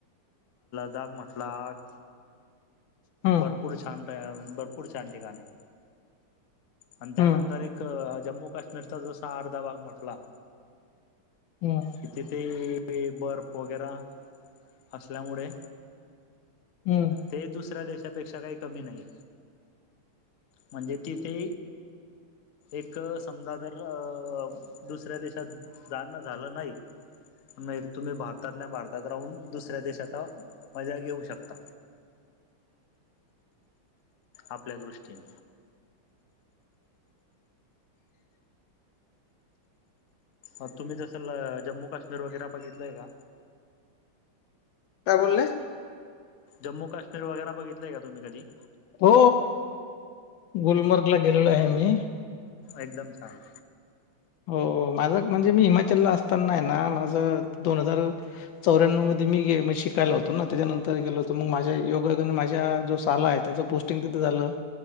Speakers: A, on the left; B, on the left.
A: दाख म्हटला, बर.
B: हम्म हम्म
A: भरपूर छान, भरपूर छान ठिकाणे,, आणि त्यानंतर
B: हम्म
A: एकऽ जम्मू काश्मीरचा जसा अर्धा भाग म्हटलाऽ
B: हम्,
A: तिथे ते बर्फ वगैरेऽ असल्यामुळेऽ
B: हम्म,
A: ते दुसऱ्या देशापेक्षा काही कमी नाही. म्हणजे तिथे, एक समजा, जर अ दुसऱ्या देशात. जाणं झालं नाही. मग तुम्ही भारतातल्या भारतात राहून, दुसऱ्या देशाचा मजा घेऊ शकता. आपल्या दृष्टीन. अवं तुम्ही जसं जम्मू काश्मीर वगैरे बघितलंय का?
B: काय बोलले?
A: जम्मू काश्मीर वगैरा बघितलंय का तुम्ही कधी?
B: हो, गुलमर्ग ला गेलेल आहे मी.
A: एकदम छान.
B: हो, माझं म्हणजे मी, हिमाचलला असताना आहे ना, माझ दोन हजार चौऱ्याण्णव मध्ये मी गे शिकायला होतो ना, त्याच्यानंतर गेल होतो, मग माझ्या योग, माझ्या जो साला आहे. त्याच पोस्ट तीन तिथं झालं.